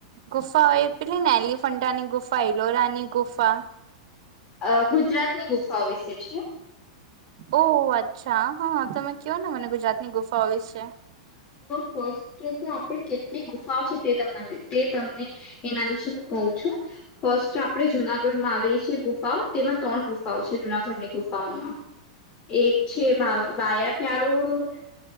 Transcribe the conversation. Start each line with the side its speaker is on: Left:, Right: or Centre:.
Right: ગુફાઓ એ પેલી ને એલિફન્ટાની ગુફા હિલોરાની ગુફા
Left: અ ગુજરાત ની ગુફાઓ વિશે છે
Right: ઓહ અચ્છા હા તમે કવો ને મને ગુજરાતની ગુફ ભવિષ્ય
Left: ફસ્ટ તો આપણે કેટલી ગુફાઓ છે તે તમ તે તમને એના વિશે હું કહું છું ફર્સ્ટ આપણે જુનાગઢમાં આવીએ છેએ ગુફાઓ તેમાં ત્રણ ગુફાઓ છે જુનાગઢની ગુફાઓમાં એક છે મ માયા પ્યારો